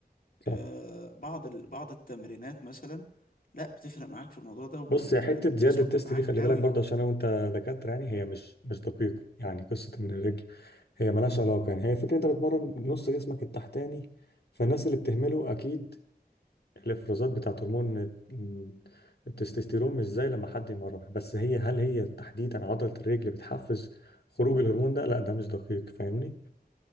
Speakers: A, on the left (about 80°); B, on the left (about 60°).
A: صح.
B: آه، بعض ال... بعض التمرينات مثلا لا بتفرق معاك في الموضوع ده وبتزق
A: بص يا حته زياده التست
B: معاك
A: دي خلي
B: قوي
A: بالك برضه عشان انا وانت دكاتره يعني هي مش مش دقيقه يعني قصه ان الرجل هي ملهاش علاقة يعني هي الفكرة انت بتمرن نص جسمك التحتاني فالناس اللي بتهمله اكيد الافرازات بتاعت هرمون ال- التستوستيرون مش زي لما حد يمرنها بس هي هل هي تحديدا عضلة الرجل بتحفز خروج الهرمون ده لا ده مش دقيق فاهمني